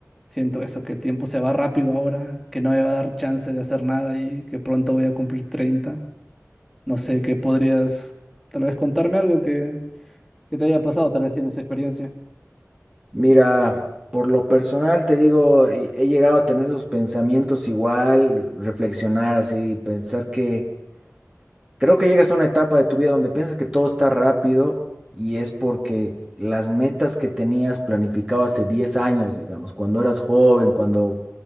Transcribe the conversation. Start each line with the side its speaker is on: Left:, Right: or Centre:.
Centre: Siento eso, que el tiempo se va rápido ahora, que no me va a dar chance de hacer nada y que pronto voy a cumplir treinta No sé, ¿qué podrías tal vez contarme algo que, que te haya pasado? Tal vez tienes experiencia.
Right: Mira, por lo personal te digo, he he llegado a tener esos pensamientos igual, reflexionar así, pensar que Creo que llegas a una etapa de tu vida donde piensas que todo está rápido y es porque las metas que tenías planificado hace 10 años, digamos, cuando eras joven, cuando